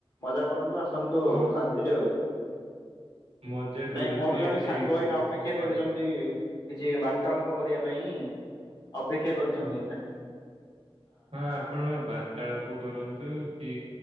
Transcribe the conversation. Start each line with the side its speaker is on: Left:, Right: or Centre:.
Left: ମଜା କରନ୍ତୁ ଆସନ୍ତୁ ଆଉ
Right: ହଁ
Left: ଶାନ୍ତିରେ ଆଉ
Right: ମଜା କରୁଛି
Left: ନାଇଁ ମୋର
Right: ଏଠି
Left: ଜଣେ ସାଙ୍ଗ
Right: ବହୁତ
Left: ଏଇନା ଅପେକ୍ଷା କରିଛନ୍ତି
Right: ଆଜ୍ଞା
Left: କିଛି ବାର୍ତ୍ତାଳାପ କରିବା ପାଇଁ ଅପେକ୍ଷା କରୁଛନ୍ତି
Right: ହଁ
Left: ଏଇ ନା
Right: ହଁ ଆପଣ ବାର୍ତ୍ତାଳାପ କରନ୍ତୁ କି